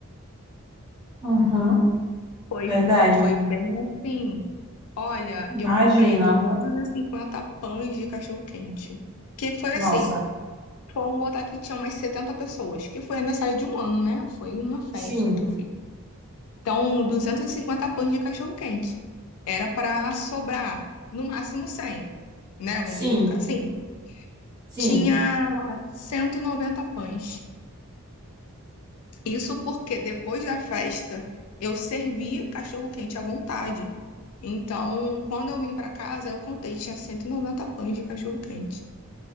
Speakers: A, on the right (about 15°); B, on the left (about 80°).
A: Uhum,
B: Foi,
A: verdade.
B: foi bem assim. Olha,
A: Imagina.
B: eu comprei 250 pães de cachorro-quente. Que foi
A: Nossa.
B: assim, foram botar que tinha umas 70 pessoas, que foi aniversário de um ano, né? Foi uma festa
A: Sim,
B: que eu fiz. Então, 250 pães de cachorro-quente. Era para sobrar no máximo 100, né?
A: sim,
B: Vamos colocar assim.
A: sim,
B: Tinha 190 pães. Isso porque depois da festa eu servi cachorro-quente à vontade. Então, quando eu vim para casa, eu contei, tinha 190 pães de cachorro-quente.